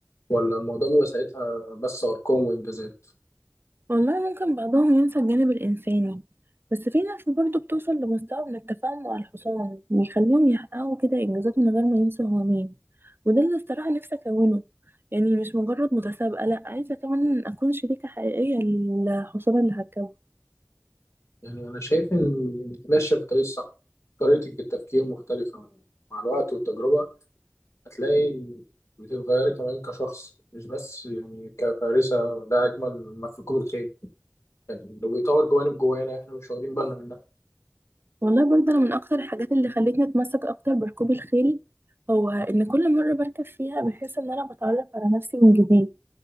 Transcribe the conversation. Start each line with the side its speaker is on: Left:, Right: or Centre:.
Left: ولا الموضوع بيبقى ساعتها بس أرقام وإنجازات
Right: والله ممكن بعضهم ينسى الجانب الإنساني بس في ناس برضه بتوصل لمستوى من التفاهم مع الحصان بيخليهم يحققوا كده إنجازات من غير ما ينسوا هو مين وده اللي الصراحة نفسي أكونه يعني مش مجرد متسابقة لأ عايزة كمان أكون شريكة حقيقية للحصان اللي هركبه
Left: يعني أنا شايف إن إنك ماشية في الطريق الصح طريقتك في التفكير مختلفة مع الوقت والتجربة هتلاقي إن بتتغيري كمان كشخص مش بس يعني كفارسة ده أجمل ما في ركوب الخيل يعني لو بيطور جوانب جوانا إحنا مش واخدين بالنا منها
Right: والله برضه أنا من أكتر الحاجات اللي خلتني أتمسك أكتر بركوب الخيل هو إن كل مرة بركب فيها بحس إن أنا بتعرف على نفسي من جديد